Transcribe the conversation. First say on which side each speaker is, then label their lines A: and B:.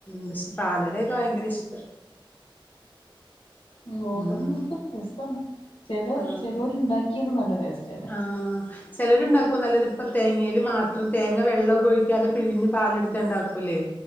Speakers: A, on the left; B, on the left.
A: പക്ഷെ പാലടയൊക്കെ ഭയങ്കര ഇഷ്ടവാ
B: ഗോതമ്പ്
A: ഉം
B: മുറുക്കൊക്കെ രസമാണ് ചേലോ
A: ആഹ്
B: ചെലോരുണ്ടാക്കിത് നല്ല ടേസ്റ്റാണ്
A: ആഹ് ചിലരുണ്ടാക്കും നല്ലത് ഇപ്പ തേങ്ങയില് മാത്രം തേങ്ങ വെള്ളവൊക്കെ ഒഴിക്കാതെ പിഴിഞ്ഞ് പാലെടുത്ത് ഉണ്ടാക്കൂല്ലേ